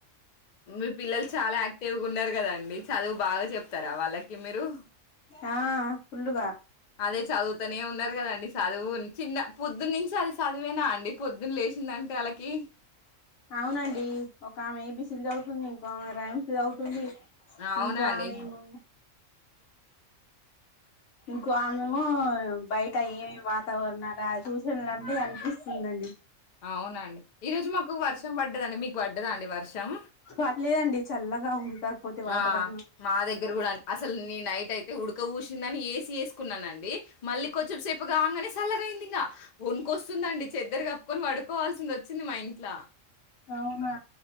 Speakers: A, on the left; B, on the left.
A: మీ పిల్లలు చాలా యాక్టివ్ గున్నరు కదండి చదువు బాగా చెప్తారా వాళ్ళకి మీరు
B: ఆ ఫుల్లుగా
A: అదే చదువుతనే ఉన్నారు కదండి చదువు చిన్న పొద్దునుంచి అది సదువేనా అండి పొద్దున్న లేచిందంటే ఆళ్ళకి
B: అవునండి ఒక ఆమె ఏబిసిలు చదువుతుంది, ఇంకో ఆమె రైమ్స్ చదువుతుంది.
A: అవునా
B: ఇంకో
A: అండి
B: ఆమెమో ఇంకో ఆమెమో బయట ఏమేమి వాతావరణాలు చూ అనిపిస్తుందండి
A: అవునండి ఈ రోజు మాకు వర్షం పడ్డదండి మీకు పడ్డదా అండి వర్షం
B: పర్లేదండి చల్లగా ఉంది కాకపోతే వాతావరణం
A: ఆ మా దగ్గర కూడా అసలు నేనైతే ఎప్పుడు ఊసిందని ఏసీ వేసుకున్నానండి మళ్ళీ కొంచెం సేపుగా ఆగానే సల్లగా అయింది ఇంకా వనుకొస్తుందండి చెద్దర కప్పు కొన్ని పడుకోవాల్సింది వచ్చింది మా ఇంట్ల
B: అవునా?